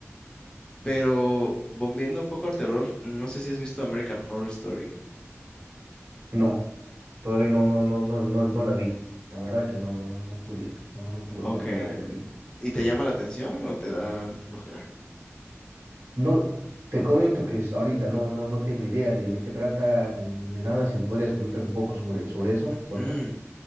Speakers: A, on the left; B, on the right.
A: pero volviendo un poco al terror, no sé si has visto American Horror Story.
B: No, todavía no, no, no, no, no, no la vi. La verdad que no, no, no pude, no, no tuve
A: Ok.
B: oportunidad de verla.
A: ¿Y te llama la atención o te da flojera?
B: No, te comento que es- ahorita no, no, no tengo idea de, de qué trata ni de nada. Si me podrías comentar un poco sobre, sobre eso, porfa.
A: Mm,